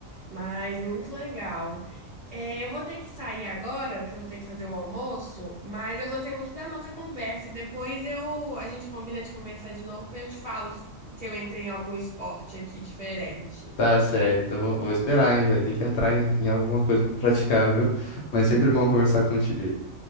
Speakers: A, on the right; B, on the left.
A: Mas muito legal. É, eu vou ter que sair agora, porque eu vou ter que fazer o almoço, mas eu gostei muito da nossa conversa, e depois eu, a gente combina de conversar de novo, pra eu te falo se eu entrei em algum esporte aqui diferente.
B: Tá certo, eu vou, vou esperar, hein? Vai ter que entrar em, em alguma coisa para praticar, viu? Mas sempre bom conversar contigo.